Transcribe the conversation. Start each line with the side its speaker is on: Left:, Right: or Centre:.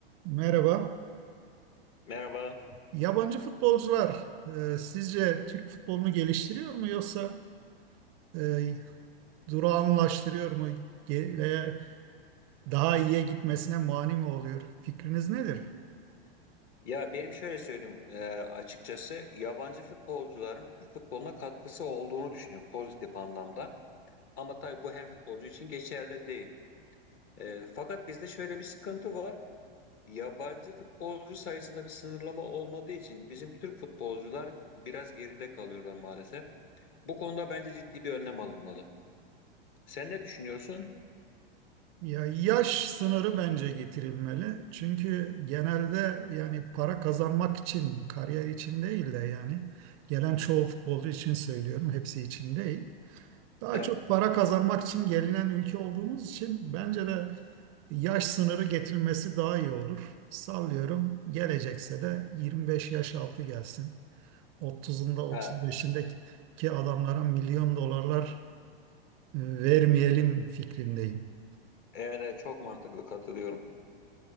Right: Merhaba.
Left: Merhaba.
Right: Yabancı futbolcular e, sizce Türk futbolunu geliştiriyor mu yoksa e, durağanlaştırıyor mu Ge- veya daha iyiye gitmesine mani mi oluyor? Fikriniz nedir?
Left: Ya benim şöyle söyleyeyim e, açıkçası yabancı futbolcuların Türk futboluna katkısı olduğunu düşünüyorum pozitif anlamda. Ama tabii bu her futbolcu için geçerli değil. E, fakat bizde şöyle bir sıkıntı var. Yabancı futbolcu sayısında bir sınırlama olmadığı için bizim Türk futbolcular biraz geride kalıyorlar maalesef. Bu konuda bence ciddi bir önlem alınmalı. Sen ne düşünüyorsun?
Right: Ya yaş sınırı bence getirilmeli. Çünkü genelde yani para kazanmak için, kariyer için değil de yani gelen çoğu futbolcu için söylüyorum, hepsi için değil. Daha
Left: Evet.
Right: çok para kazanmak için gelinen ülke olduğumuz için bence de yaş sınırı getirilmesi daha iyi olur. Sallıyorum gelecekse de 25 yaş altı gelsin. 30'unda 35'indeki
Left: Ha,
Right: adamlara milyon dolarlar e, vermeyelim fikrindeyim.
Left: eğer e, çok mantıklı katılıyorum.